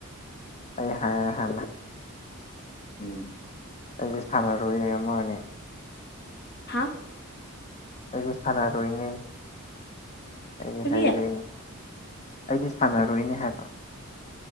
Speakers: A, on the left; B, on the left.
A: ꯑꯩ ꯍꯥ ꯍ
B: ꯎꯝ
A: ꯑꯩꯁꯦ ꯁꯥꯟꯅꯔꯣꯏ ꯑꯃꯅꯤꯅꯦ
B: ꯍꯥ
A: ꯑꯩ ꯁꯥꯟꯅꯔꯣꯏꯅꯦ ꯑꯩ
B: ꯀꯔꯤ
A: ꯍꯥꯏꯔꯛꯏ ꯑꯩꯗꯤ ꯁꯥꯟꯅꯔꯣꯏꯅꯦ ꯍꯥꯏꯕ